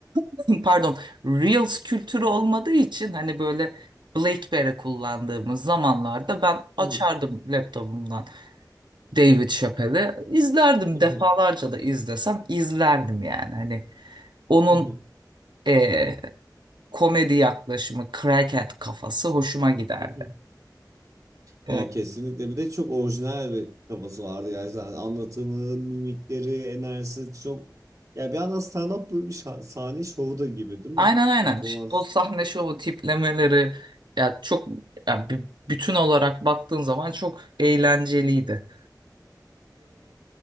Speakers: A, on the right; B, on the right.
A: <laughs> pardon Reels kültürü olmadığı için hani böyle BlackBerry kullandığımız zamanlarda ben açardım
B: <laughs>
A: laptopumdan David Chappelle'i izlerdim
B: Mhm,
A: defalarca da izlesem izlerdim yani hani onun
B: mhm,
A: eee, komedi yaklaşımı crackhead kafası hoşuma giderdi.
B: mhm.
A: E,
B: Ya kesinlikle bir de çok orijinal bir kafası vardı gerçekten anlatımı, mimikleri, enerjisi çok ya bir anda stand-up böyle bir şa- sahne şovu da gibi değil
A: aynen
B: mi?
A: aynen
B: Performans.
A: Ş- o sahne şovu tiplemeleri ya çok ya bü- bütün olarak baktığın zaman çok eğlenceliydi.